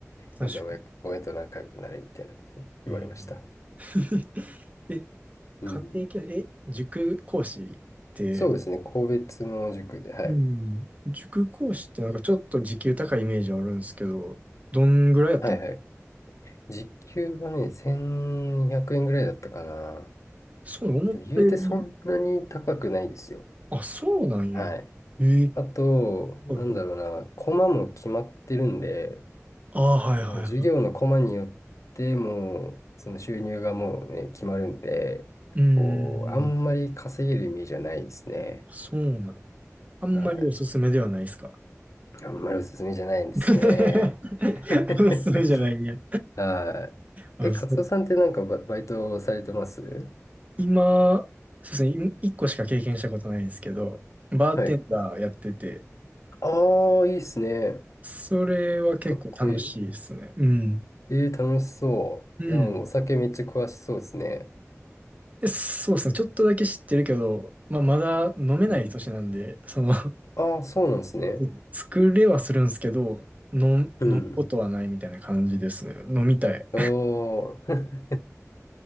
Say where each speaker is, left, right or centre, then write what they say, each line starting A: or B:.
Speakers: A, on the right (about 30°); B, on the left (about 70°).
A: 確か
B: まずは親、親と仲良くなれみたいなこと言われました。
A: に。うん <laughs> え、
B: うん。
A: 家庭教、え、塾講師って、
B: そうですね、個別の塾で、はい。
A: うん。塾講師ってなんかちょっと時給高いイメージあるんですけど、どんぐらいやったの
B: はいはい。時給はね、1200円ぐらいだったかな。
A: そう、思ったより、
B: でも言うてそんなに高くないですよ。
A: あ、そうなんや。
B: はい。
A: ええ。
B: あと、
A: はいはい
B: なんだろうな、コマも決まってるんで、
A: ああ、はいはいは
B: もう授業のコマによってもう、その収入がもうね、決まるんで、
A: い。うん、
B: こう、
A: うんうん
B: あんまり稼げるイメージはないですね。
A: そうなんや。あんまりおすすめではないですか
B: はい。あんまりおすすめじゃないんですね。
A: <laughs>
B: <laughs>
A: おすすめじゃないんや。
B: はい。
A: あ、
B: え、カツオさんってなんかバ、
A: そう。
B: バイトされてます
A: 今、そうですね、い一個しか経験したことないんですけど、バーテンダーやってて、
B: はい。ああ、いいっすね。
A: それは結構楽しいですね。
B: かっこいい。
A: うん。
B: えー、楽しそう。
A: うん。
B: でも、お酒めっちゃ詳しそうですね。
A: で、そうですね、ちょっとだけ知ってるけど、まあ、まだ飲めない年なんで、
B: うん。
A: その
B: ああ、そうなんですね。
A: <laughs> 作れはするんですけど、飲ん、
B: うんうん
A: 飲むことはないみたいな感じですね。飲みたい。
B: おー。